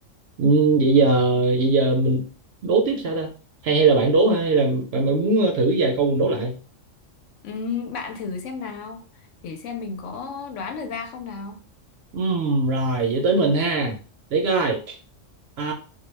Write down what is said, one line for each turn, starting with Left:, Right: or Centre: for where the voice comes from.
Right: Ừ, Vậy giờ vậy giờ mình đố tiếp sao ta? Hay hay là bạn đố hay là bạn, bạn muốn ờ, thử vài câu mình đố lại?
Left: Ừm, bạn thử xem nào để xem mình có đoán được ra không nào
Right: Ừm, rồi, vậy tới mình ha. Để coi. À,